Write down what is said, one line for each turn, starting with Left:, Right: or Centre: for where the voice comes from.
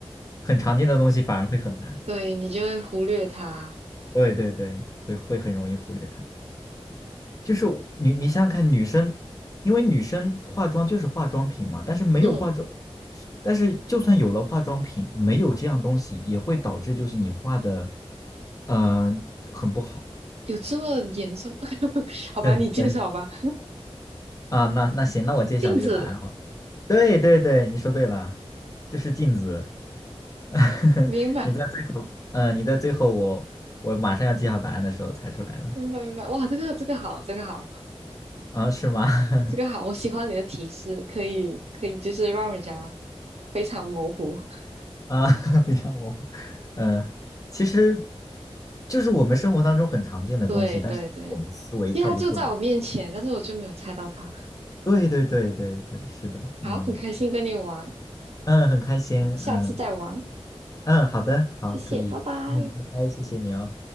Left: 很常见的东西反而会很难。
Right: 对你就会忽略它。
Left: 对对对，会会很容易忽略它。就是我你你想想看，女生，因为女生化妆就是化妆品嘛，但是没有化妆，
Right: 嗯，
Left: 但是就算有了化妆品，没有这样东西也会导致就是你画的，嗯、很不好。
Right: 有这么严重？<laughs> 好吧，
Left: 对对
Right: 你介绍吧。
Left: 啊，那那行，那我揭晓这个答案。
Right: <laughs> 镜子，
Left: 对对对，你说对了，就是镜子。<laughs>
Right: 明白，
Left: 你在最后，嗯、你在最后我我马上要记好答案的时候猜出来了
Right: 明白，明白。哇，这个这个好，这个好。
Left: 啊，是吗？<laughs>
Right: 这个好，我喜欢你的提示，可以可以，就是让人家非常模糊。<laughs>
Left: 啊，<laughs> 非常模糊。嗯，其实就是我们生活当中很常见的东西，
Right: 对对对，
Left: 但是我们思维跳不出来。
Right: 其实他就在我面前，但是我就没有猜到他。
Left: 对对对对对，是的，嗯
Right: 好，很开心跟你玩，
Left: 嗯，很开心，
Right: 下次再玩，
Left: 嗯嗯，好的，好，
Right: 谢谢，
Left: 可以，
Right: 拜拜。
Left: 嗯，拜拜，谢谢你哦。